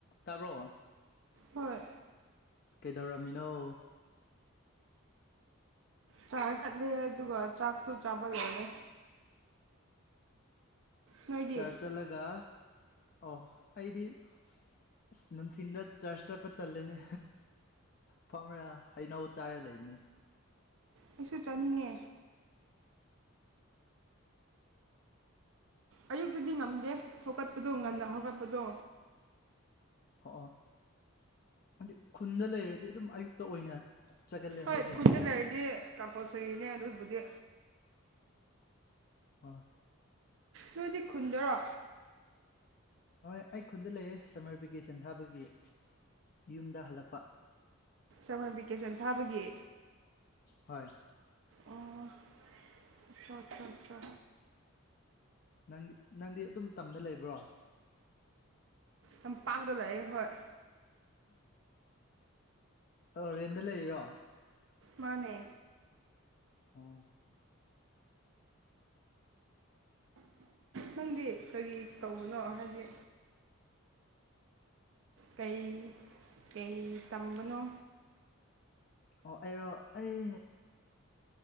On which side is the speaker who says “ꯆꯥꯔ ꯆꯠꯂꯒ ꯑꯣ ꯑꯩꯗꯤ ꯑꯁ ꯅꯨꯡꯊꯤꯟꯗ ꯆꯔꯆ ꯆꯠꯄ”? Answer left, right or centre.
Left